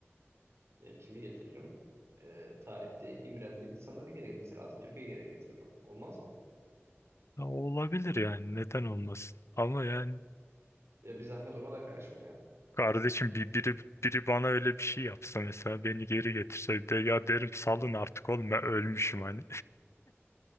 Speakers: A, on the right; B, on the left.
A: Ya kimi getiririm? Ee, tarihte imrendiğim insanları geri getiririm. Mesela Atatürk'ü geri getiririm. Olmaz mı?
B: Ya olabilir yani neden olmasın? Ama yani
A: Ya bir zahmet ona da karışma ya.
B: Kardeşim bir, biri, biri bana öyle bir şey yapsa mesela beni geri getirse de ya derim salın artık oğlum ben ölmüşüm hani.